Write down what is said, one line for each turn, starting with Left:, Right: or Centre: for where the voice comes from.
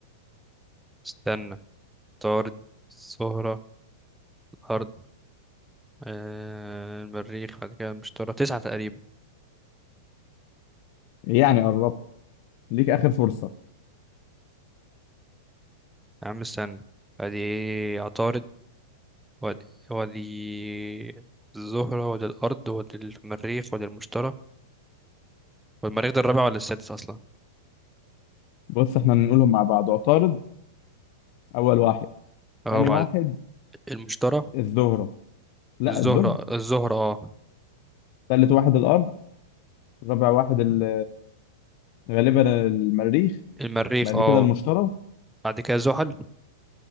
Centre: استنى طارد الزهرة الأرض آه المريخ بعد كده المشتري تسعة تقريبا
Left: يعني قربت ليك اخر فرصه
Centre: يا عم استنى ادي عطارد ودي ودي الزهرة ودي الأرض ودي المريخ ودي المشتري والمريخ ده الرابع ولا السادس أصلا
Left: بص احنا نقولهم مع بعض عطارد اول واحد
Centre: أهو
Left: ثاني
Centre: بعد
Left: واحد
Centre: المشتري
Left: الزهره لا
Centre: الزهرة
Left: الزهره
Centre: الزهرة اه
Left: ثالث واحد الارض رابع واحد ال- غالبا المريخ
Centre: المريخ
Left: بعد
Centre: اه
Left: كده المشتري
Centre: بعد كده زحل